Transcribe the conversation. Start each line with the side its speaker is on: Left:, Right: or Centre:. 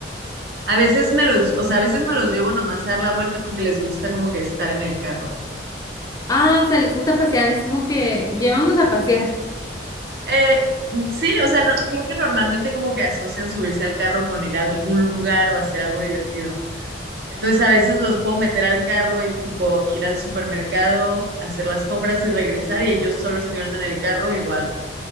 Right: A veces me los, o sea, a veces me los llevo nomás a dar la vuelta porque les gusta como que estar en el carro.
Left: Ah, o sea, les gusta pasear, es como que llévanos a pasear.
Right: Eh, mm, sí, o sea, no- creo que normalmente como que asocian subirse al carro con ir a algún lugar o hacer algo divertido. Entonces a veces los puedo meter al carro y tipo ir al supermercado, hacer las compras y regresar y ellos solo estuvieron en el carro, igual